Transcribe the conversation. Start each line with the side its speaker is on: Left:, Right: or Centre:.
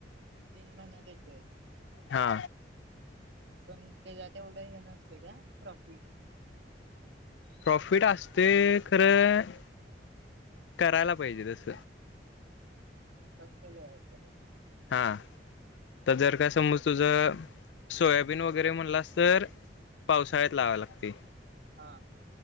Right: तीन महिना घेतय
Left: हा
Right: पण त्याच्या तेवढं हे नसते का प्रॉफिट
Left: प्रॉफिट असते खरं करायला पाहिजे तस
Right: कष्टले आयतदला
Left: हा तर जर का समज तुझ सोयाबीन वगैरे म्हणलास तर पावसाळ्यात लावा लागते
Right: हा